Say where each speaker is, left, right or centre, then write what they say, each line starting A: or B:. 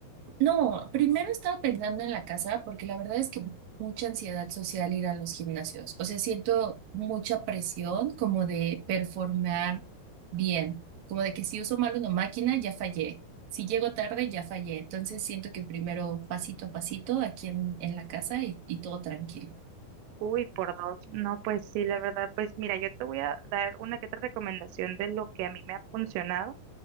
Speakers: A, on the right (about 50°); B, on the right (about 85°).
A: No, primero estaba pensando en la casa porque la verdad es que mucha ansiedad social ir a los gimnasios. O sea, siento mucha presión como de performar bien, como de que si uso mal una máquina ya fallé, si llego tarde ya fallé. Entonces siento que primero pasito a pasito aquí en, en la casa y, y todo tranquilo.
B: Uy, por dos. No, pues sí, la verdad, pues mira, yo te voy a dar una que otra recomendación de lo que a mí me ha funcionado.